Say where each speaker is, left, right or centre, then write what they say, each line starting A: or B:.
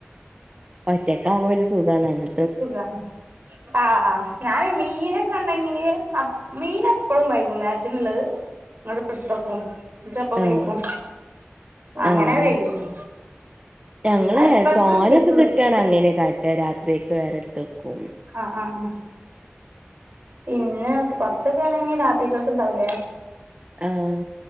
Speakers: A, on the right (about 30°); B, on the right (about 50°).
A: ഒറ്റക്കാവുമ്പോ പിന്നെ സുഖമാണ്
B: സുഖണ് ആഹ് ആഹ് ഞാന് മീനൊക്കെ ഉണ്ടെങ്കില് മീൻ എപ്പഴും വൈകുന്നേരത്തിനുള്ളത് ഇങ്ങ എടുത്തക്കും ഇപ്പം പോരികും
A: ആഹ്
B: അങ്ങനെ
A: ആഹ്
B: ചെയ്യുള്ളൂ
A: ഞങ്ങള്
B: അത് ഇപ്പൾക്ക്
A: തോനൊക്കെ
B: ഉച്ചക്കുള്ളത്
A: കിട്ടുകാണ് അങ്ങനെ കാട്ട രാത്രിക്ക് വേറെ എടുത്ത് വെക്കും
B: ആഹ് ആഹ് ആഹ് പിന്നെ കൊറച്ചൊക്കെ ആണെങ്കിൽ രാത്രികൽത് ഉണ്ടാവൂല്ലേ
A: ആഹ്